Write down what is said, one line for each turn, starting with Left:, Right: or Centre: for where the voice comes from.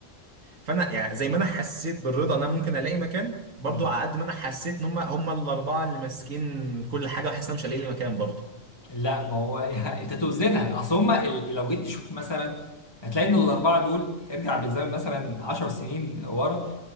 Right: فأنا يعني زي ما أنا حسيت بالرضا إن أنا ممكن ألاقي مكان برضو
Left: مم.
Right: على قد ما أنا حسيت إن هم هم الأربعة اللي ماسكين كل حاجة وحاسس إن أنا مش هلاقي لي مكان برضو
Left: لا ما هو <laughs> يعني انت توزنها اصل هم ال- لو جيت تشوف مثلا هتلاقي ان الاربعه دول ارجع بالزمن مثلا 10 سنين ورا